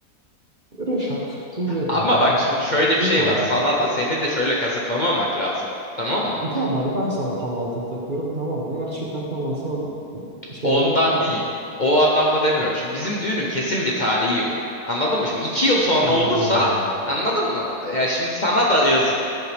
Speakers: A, on the right (about 35°); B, on the left (about 35°).
A: Reşat, Cumhuriyet
B: Ama
A: altını
B: bak
A: falan.
B: şimdi şöyle
A: Büyük
B: bir şey
A: altın.
B: var. Sana da seni de şöyle kazıklamamak lazım. Tamam mı?
A: E, Tamam hadi ben sana tam altın takıyorum tamam mı? Eğer çıkartamazsan şeyde
B: Ondan
A: tamam.
B: değil. O anlamda demiyorum.
A: Ha.
B: Şimdi bizim düğünün kesin bir tarihi yok. Anladın mı? Şimdi iki yıl sonra
A: Hmm.
B: olursa anladın mı? Yani şimdi sana da yazık.